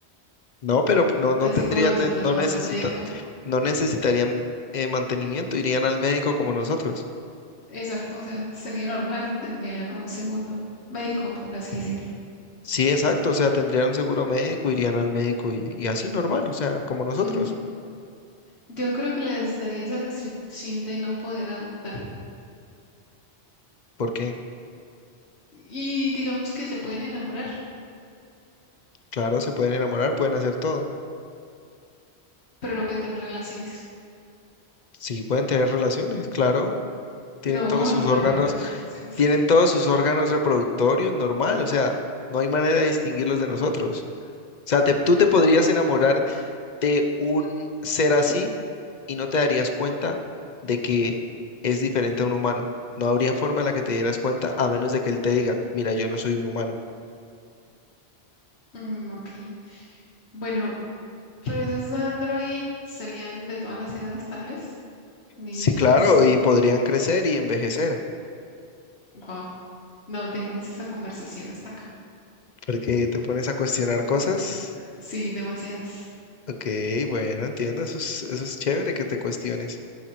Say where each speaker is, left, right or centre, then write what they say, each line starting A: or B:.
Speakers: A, on the left; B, on the left.
A: No, pero no, no
B: así
A: tendrían,
B: como nosotros
A: ne- no
B: vamos
A: necesitan,
B: al médico.
A: no necesitarían eh, mantenimiento, irían al médico como nosotros.
B: Exacto, o sea, sería normal, tendrían un seguro médico, por así decirlo.
A: Sí, exacto, o sea, tendrían un seguro médico, irían al médico y, y así normal, o sea, como nosotros.
B: Ujú. Yo creo que les daría esa restricción de no poder adoptar.
A: Porque,
B: Y digamos que se pueden enamorar.
A: claro, se pueden enamorar, pueden hacer todo.
B: pero no pueden tener relaciones. <laughs>
A: Sí, pueden tener relaciones, claro, tienen
B: No,
A: todos sus
B: no van
A: órganos,
B: a poder tener relaciones.
A: tienen todos sus órganos reproductorios normal, o sea, no hay manera de distinguirlos de nosotros. O sea, te- tú te podrías enamorar de un ser así y no te darías cuenta de que es diferente a un humano. No habría forma en la que te dieras cuenta a menos de que él te diga, mira, yo no soy un humano.
B: Mm, ok. Bueno, pero esos Android serían de todas las edades, tal vez. Niños,
A: Sí, claro, y podrían crecer y envejecer,
B: guau No, dejemos esa conversación hasta acá.
A: porque te pones a cuestionar cosas.
B: Sí, demasiadas.
A: Ok, bueno, entiendo, eso es, eso es chévere que te cuestiones.